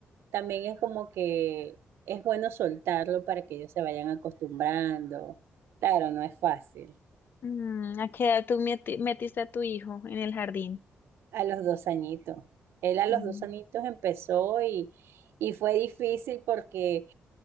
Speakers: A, on the right (about 85°); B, on the left (about 60°).
A: también es como que es bueno soltarlo para que ellos se vayan acostumbrando. Claro, no es fácil.
B: Mm, ¿a qué edad tú meti- metiste a tu hijo en el jardín?
A: A los dos añitos. Él a los
B: Mm.
A: dos añitos empezó y, y fue difícil porque